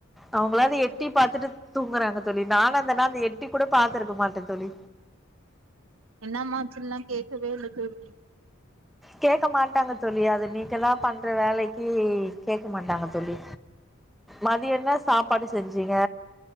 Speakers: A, in the centre; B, on the right.
A: அவங்களாது எட்டி பாத்துட்டு தூங்குறாங்க தோழி நான இருந்தனா அந்த எட்டி கூட பாத்துருக்க மாட்டேன் தோழி
B: என்னமா ஆச்சின்லா கேட்கவே இல்ல தோழி
A: கேட்க மாட்டாங்க தோழி அது நீங்கல்லாம் பண்ற வேலைக்கு கேட்க மாட்டாங்க தோழி மதிய என்ன சாப்பாடு செஞ்சீங்க